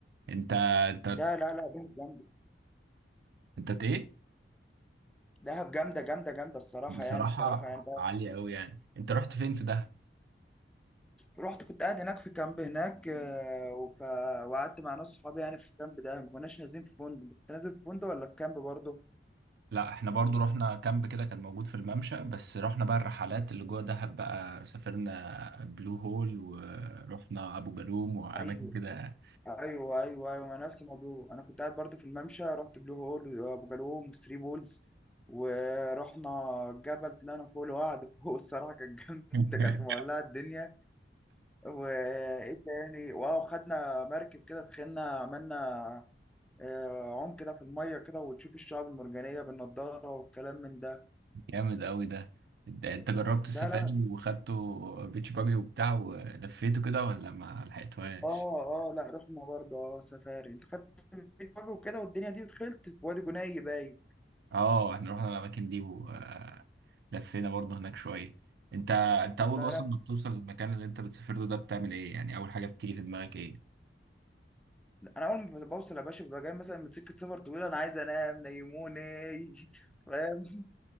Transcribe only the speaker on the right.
انت انت
انت ايه
بصراحة
عالية قوي يعني انت رحت فين في دهب
لا احنا برضو رحنا كامب كده كان موجود في الممشى بس رحنا بقى الرحلات اللي جوه دهب بقى سافرنا بلو هول ورحنا ابو جالوم واماكن
كده
<laughs>
جامد قوي ده انت انت جربت
السفاري
وخدته بيتش باجي وبتاع ولفيته كده ولا ما لحقتوهاش
اه احنا رحنا الاماكن دي ولفينا برضه هناك شويه انت انت اول
اصلا
ما بتوصل للمكان اللي انت بتسافر له ده بتعمل ايه يعني اول حاجه بتيجي في دماغك ايه